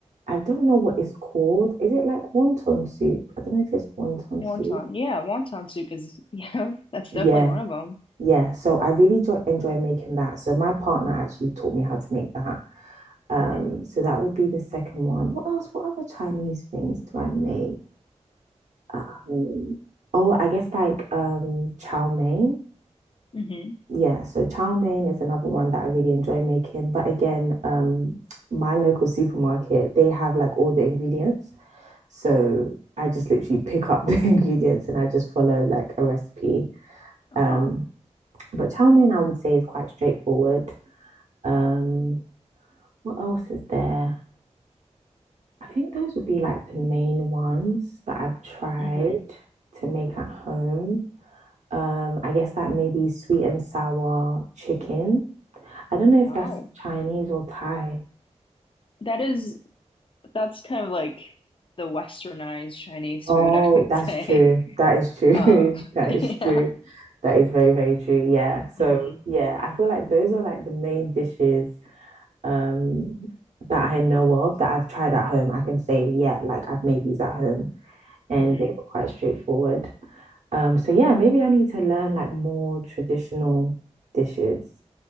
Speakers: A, on the right (about 70°); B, on the left (about 45°).
A: I don't know what it's called. Is it like wonton soup? I don't know if it's wonton
B: Wonton.
A: soup.
B: Yeah, wonton soup is <laughs> yeah, that's
A: Yeah,
B: definitely one of them.
A: yeah. So I really jo enjoy making that. So my partner actually taught me how to make that. Um,
B: hmm
A: so that will be the second one. What else? What other Chinese things do I make? Um, oh, I guess like um chow mein.
B: hmm
A: Yeah, so chow mein is another one that I really enjoy making. But again, um, my local supermarket, they have like all the ingredients. So I just literally pick up <laughs> the ingredients and I just follow like a recipe.
B: Uh-huh.
A: Um, but chow mein I would say is quite straightforward. Um, what else is there? I think those would be like the main ones that I've tried
B: hmm
A: to make at home. Um, I guess that may be sweet and sour chicken. I don't know if
B: Wow.
A: that's Chinese or Thai.
B: That is that's kind of like the westernized Chinese
A: Oh,
B: food, <laughs> I would
A: that's
B: say.
A: true.
B: <laughs>
A: That is true.
B: Uh
A: <laughs> That
B: <laughs>
A: is
B: yeah.
A: true. That is very, very true. Yeah. So,
B: hmm
A: yeah, I feel like those are like the main dishes um that I know of that I've tried at home. I can say, yeah, like I've made these at home and
B: hmm
A: they were quite straightforward. Um, so yeah, maybe I need to learn like more traditional dishes.